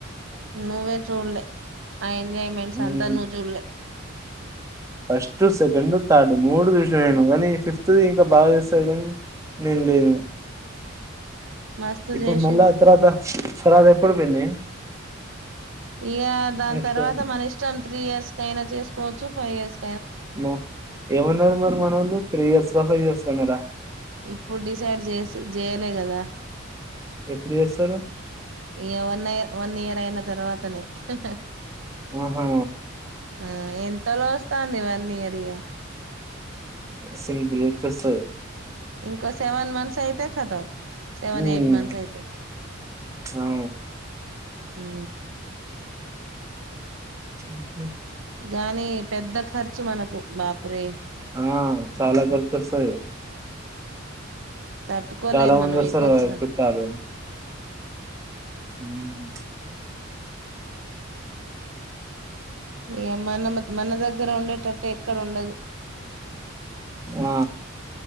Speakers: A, on the right (about 75°); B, on the right (about 15°).
A: నువ్వే చూడలే ఆ ఎంజాయ్మెంట్స్
B: ఉమ్
A: అంతా నువ్ జూడ్ లే
B: ఫస్ట్ సెకండ్ తార్డ్ మూడు చూసా నేను కానీ ఫిఫ్త్ ఇంకా బాగా చేస్తారు కాని నేను లేను
A: మస్తు
B: ఇప్పుడు
A: చేసిండ్రు
B: మళ్ళా తర్వాత తర్వాత ఎప్పుడు పిన్ని
A: ఇగ దాని
B: నెక్స్ట్
A: తర్వాత మన ఇష్టం త్రీ ఇయర్స్ కైనా చేస్ కోచు ఫైస్
B: ము ఏమన్నారు మరి మన ఓళ్ళు త్రీ ఇయర్స్ <inaudible> సన్నరా
A: ఇప్పుడు డిసైడ్ జెస్ జెయలే గదా
B: ఎప్పుడు చేస్తారు
A: ఏ వన్ వన్ ఇయర్ అయి తర్వాతనే హహ్
B: ఆహా
A: ఆ ఎంతలో వస్తాంది ఇవ్వన్ని దిగా
B: సిం బ్లు చస్
A: ఇంకో సెవెన్ మంత్స్ అయితే కతమ్ సెవెన్
B: ఉమ్
A: ఎయిట్ మంత్స్ అయితే
B: ఆ
A: హమ్
B: ఒకే
A: గాని పెద్ద ఖర్చు మనకు బాపురే
B: ఆ చాలా ఖర్చు వస్తది
A: తట్టుకోలేం
B: చాలా మంది
A: మనం
B: వస్తరు
A: ఈ ఖర్చులను
B: గదా చుట్టాలు హమ్
A: ఇ మన మన దగ్గర ఉండేట టె ఎక్కడుండదు
B: ఆ